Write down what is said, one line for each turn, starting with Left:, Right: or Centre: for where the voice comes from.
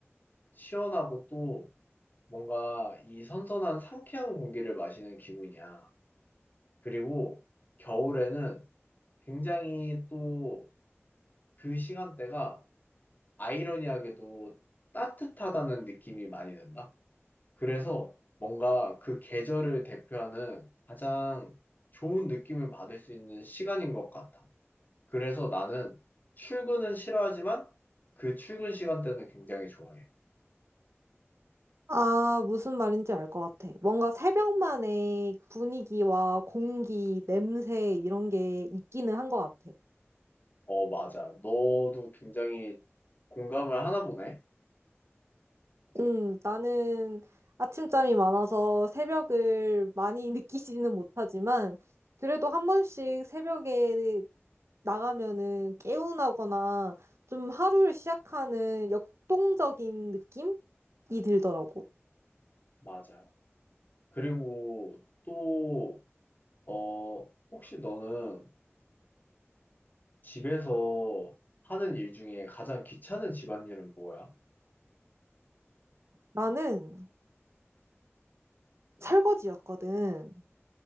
Left: 시원하고 또 뭔가 이 선선한 상쾌한 공기를 마시는 기분이야. 그리고 겨울에는 굉장히 또 그 시간대가 아이러니하게도 따뜻하다는 느낌이 많이 든다. 그래서 뭔가 그 계절을 대표하는 가장 좋은 느낌을 받을 수 있는 시간인 것 같아. 그래서 나는 출근은 싫어하지만 그 출근 시간대는 굉장히 좋아해.
Right: 아, 무슨 말인지 알 것 같아. 뭔가 새벽만의 분위기와 공기, 냄새 이런 게 있기는 한 것 같아.
Left: 어, 맞아. 너도 굉장히 공감을 하나 보네.
Right: 음, 나는 아침잠이 많아서 새벽을 많이 <laughs> 느끼지는 못하지만 그래도 한 번씩 새벽에 나가면은 개운하거나 좀 하루를 시작하는 역동적인 느낌이 들더라고.
Left: 맞아. 그리고 또, 어, 혹시 너는 집에서 하는 일 중에 가장 귀찮은 집안일은 뭐야?
Right: 나는 설거지였거든.